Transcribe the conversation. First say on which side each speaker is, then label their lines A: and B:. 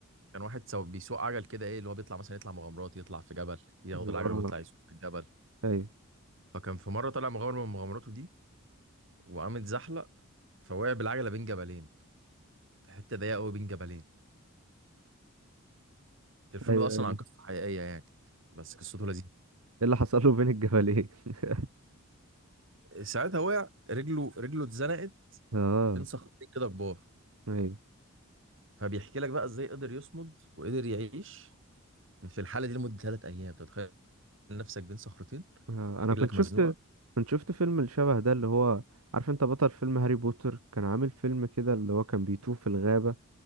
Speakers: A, on the right; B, on the right.
A: كان واحد سو... بيسوق عجل كده إيه اللي هو بيطلع مثلا يطلع مغامرات يطلع في جبل ياخد
B: اه
A: العجلة ويطلع يسوق في الجبل
B: ايوه
A: فكان في مرة طلع مغامرة من مغامراته دي وقام اتزحلق فوقع بالعجلة بين جبلين في حتة ضيقة قوي بين جبلين الفيلم
B: ايوه
A: ده أصلا
B: ايه اللي
A: عن قصة حقيقية يعني بس قصته لذيذة
B: ايه اللي حصل له بين الجبلين <laughs>
A: ساعتها وقع رجله رجله اتزنقت
B: اه
A: بين صخرتين كده كبار
B: ايوه
A: فبيحكي لك بقى ازاي قدر يصمد وقدر يعيش في الحاله دي لمده ثلاث ايام أنت متخيل نفسك بين صخرتين
B: آه، انا
A: رجلك
B: كنت شفت
A: مزنوقه
B: كنت شفت فيلم الشبه ده اللي هو عارف انت بطل فيلم هاري بوتر كان عامل فيلم كده اللي هو كان بيتوه في الغابة